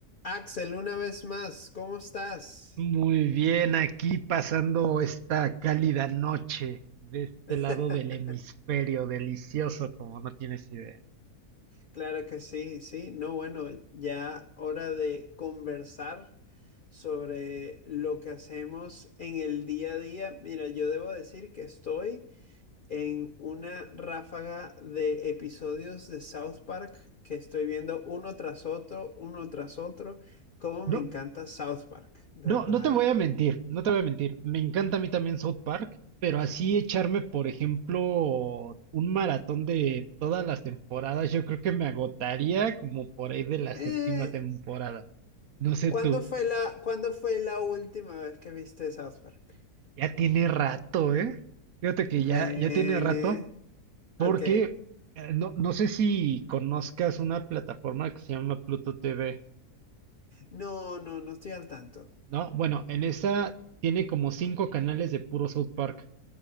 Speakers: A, on the left; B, on the right.
A: Axel, una vez más, ¿cómo estás?
B: Muy bien, aquí pasando esta cálida noche de este
A: <laughs>
B: lado del hemisferio, delicioso como no tienes idea.
A: Claro que sí, sí. No, bueno, ya hora de conversar sobre lo que hacemos en el día a día. Mira, yo debo decir que estoy en una ráfaga de episodios de South Park que estoy viendo uno tras otro, uno tras otro. Cómo
B: No,
A: me encanta South Park, de
B: no,
A: verdad.
B: no te voy a mentir, no te voy a mentir. Me encanta a mí también South Park, pero así echarme, por ejemplo, un maratón de todas las temporadas, yo creo que me agotaría como por ahí de la
A: Eh,
B: séptima temporada. No sé
A: ¿cuándo
B: tú,
A: fue la, cuándo fue la última vez que viste South Park?
B: ya tiene rato, ¿eh? Fíjate que ya,
A: Eh,
B: ya tiene rato. Porque
A: ok.
B: eh, no, no sé si conozcas una plataforma que se llama Pluto TV,
A: No, no, no estoy al tanto.
B: ¿no? Bueno, en esa tiene como cinco canales de puro South Park.